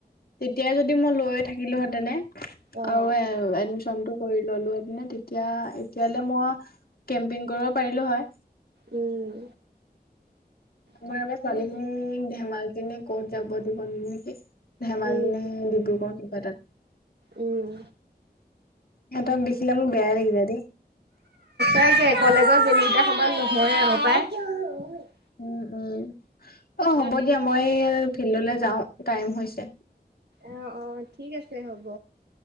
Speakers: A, on the left; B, on the right.
A: তেতিয়াই যদি মই লৈয়ে থাকিলো হেতেনে
B: অ',
A: আৰু এডমিশ্বনটো কৰি ল'লো হয় তেতিয়া এতিয়ালে মই কেম্পিং কৰিব পাৰিলো হয়।
B: উম,
A: আমাৰ
B: তাকেই
A: এইবাৰ ছোৱালী খিনি ধেমাজি নে ক'ত যাব দিব নেকি? ধেমালি
B: উম,
A: ডিব্ৰুগড় কিবা তাত।
B: উম।
A: সহঁত দেখিল মো বেয়াই লাগি যাই দেই।
B: তাইে কলেজত যেনিটা সমান নহয় আৰু পায়
A: উম উম অ', হ'ব
B: দিনকেইটা
A: দিয়া মই ফিল্ডলৈ যাওঁ। টাইম হৈছে।
B: আহ অ ঠিক আছে হ'ব।